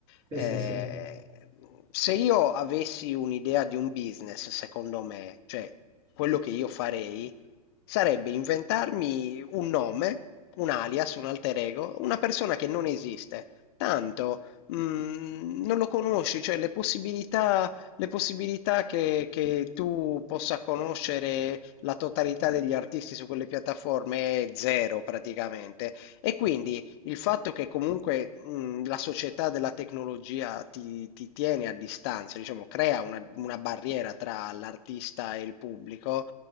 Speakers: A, on the right; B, on the left.
A: Sì,
B: Eh,
A: sì, sì.
B: se io avessi un'idea di un business, secondo me, cioè quello che io farei sarebbe inventarmi un nome, un alias, un alter ego, una persona che non esiste. Tanto mh, non lo conosci, cioè le possibilità, le possibilità che, che tu possa conoscere la totalità degli artisti su quelle piattaforme è zero praticamente. E quindi il fatto che comunque mh, la società della tecnologia ti, ti tiene a distanza, diciamo, crea una, una barriera tra l'artista e il pubblico,